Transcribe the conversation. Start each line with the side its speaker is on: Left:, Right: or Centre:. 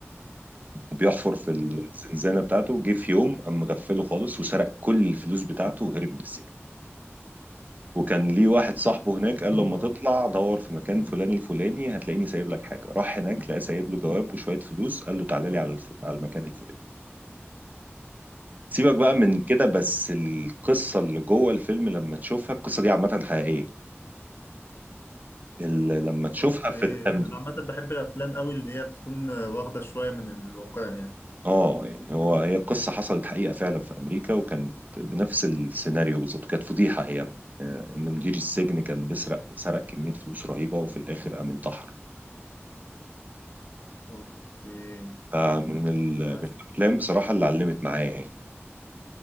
Right: وبيحفر في
Left: مم.
Right: الزنزانه بتاعته جه في يوم قام مغفله خالص وسرق كل الفلوس بتاعته وهرب من السجن وكان ليه واحد صاحبه هناك قال له لما
Left: أو-
Right: تطلع دور في مكان فلاني الفلاني هتلاقيني سايب لك حاجه راح هناك لقى سايب له جواب وشويه فلوس قال له تعالى لي على الف... على المكان الفلاني سيبك بقى
Left: مم.
Right: من كده بس القصه اللي جوه الفيلم لما تشوفها القصه دي عامه حقيقيه ال- لما تشوفها
Left: اوكي
Right: في التمثيل
Left: انا عامه بحب الافلام قوي اللي هي بتكون واخده شويه من الواقع يعني
Right: اه يعني هو هي قصة حصلت حقيقة فعلا في أمريكا وكانت بنفس السيناريو بالظبط كانت فضيحة أيام آه، إن مدير السجن كان بيسرق سرق كمية فلوس رهيبة وفي الآخر قام انتحر
Left: اوكي
Right: فمن ال-
Left: بس
Right: من الأفلام بصراحة اللي علمت معايا يعني